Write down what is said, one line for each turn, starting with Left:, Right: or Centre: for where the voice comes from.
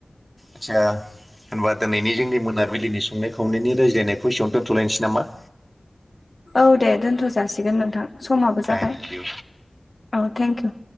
Right: आदसा होनबा दोनैनि जोंनि मोनाबिलिनि संनाय खावनायनि रायज्लायनायखौ एसेयावनो दोनथ'लायनोसै नामा?
Left: औ दे दोनथ' जासिगोन नोंथां समाबो
Right: थेंक
Left: जाबाय
Right: इउ
Left: औ थेंकिउ।